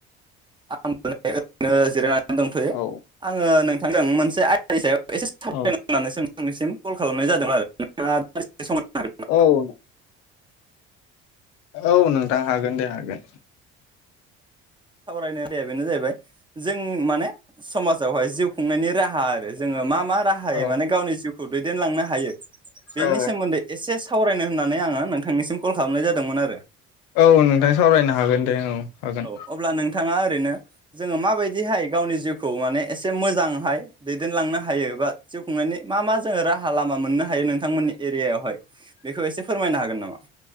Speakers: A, on the right (about 15°); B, on the left (about 75°).
A: आङो जिरायनानै दंथ'यो
B: औ
A: आङो नों नोंथांजों मोनसे आयदानि सायाव एसे सावरायनो
B: औ
A: होननानै सों आंनिसिम कल खालामनाय जादों आरो नोंथाङा सम होनो हागोन नामा?
B: औ औ नोंथां हागोन दे हागोन।
A: सावरायनाय आयदाया बेनो जाहैबाय जों माने समाजावहाय जिउ खुंनायनि राहा आरो जोङो मा मा राहायै
B: औ
A: माने गावनि जिउखौ दैदेनलांनो हायो बेनि
B: औ
A: सोमोन्दै एसे सावराय नो होननानै आङो नोंथांनिसिम कल खालामनाय जादोंमोन आरो।
B: औ नोंथां सावरायनो हागोन दे औ। हागोन
A: औ अब्ला नोंथाङा ओरैनो जोङो माबायदिहाय गावनि जिउखौ माने एसे मोजांहाय दैदेनलांनो हायो बा जिउ खुंनायनि मा मा जोङो राहा लामा मोननो हायो नोंथांमोननि एरियायावहाय बेखौ एसे फोरमायनो हागोन नामा?